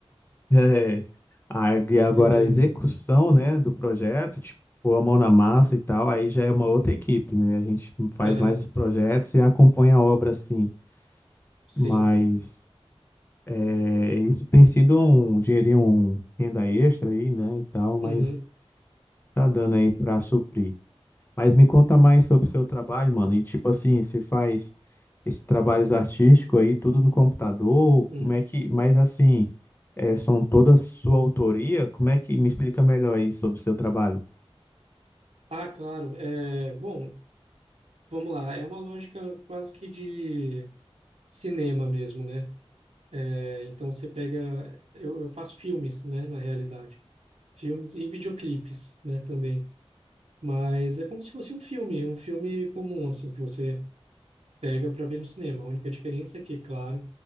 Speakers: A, on the left; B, on the right.
A: É. Aí e agora
B: Entendi.
A: a execução, né, do projeto, tipo, pôr a mão na massa e tal, aí já é uma outra equipe, né? A gente faz
B: Aham,
A: mais os projetos e acompanha a obra assim.
B: sim.
A: Mas é, isso tem sido um dinheirinho, um renda extra aí, né, e tal, mas
B: Uhum,
A: tá dando aí para suprir. Mas me conta mais sobre o seu trabalho, mano. E tipo assim, você faz esses trabalhos artísticos aí, tudo no computador?
B: uhum.
A: Como é que. Mas assim, é, são todas sua autoria? Como é que. Me explica melhor aí sobre o seu trabalho.
B: Ah, claro. É, bom, vamos lá. É uma lógica quase que de cinema mesmo, né? É, então você pega. Eu, eu faço filmes, né, na realidade. Filmes e videoclipes, né, também. Mas é como se fosse um filme, um filme comum, assim, que você pega para ver no cinema. A única diferença é que, claro,